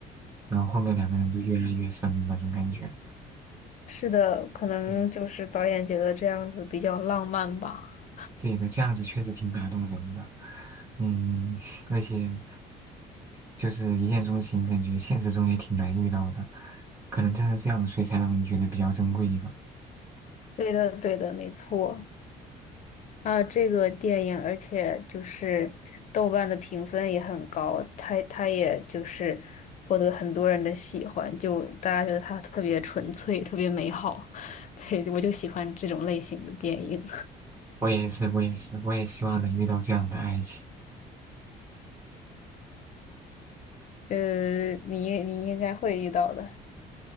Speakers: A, on the right; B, on the left.
A: 然后后面两个人就越来越深的那种感觉。
B: 是的，可能就是导演觉得这样子比较浪漫吧。
A: 嗯，对的，这样子确实挺打动人的。嗯，<laughs> 而且就是一见钟情，感觉现实中也挺难遇到的，可能正是这样，所以才让人觉得比较珍贵吧。
B: 对的，对的，没错。啊，这个电影，而且就是豆瓣的评分也很高，它它也就是获得很多人的喜欢，就大家觉得它特别纯粹，特别美好。<laughs> 对，我就喜欢这种类型的电影。
A: 我也是，我也是，我也希望能遇到这样的爱情。
B: <laughs> 呃，你你应该会遇到的。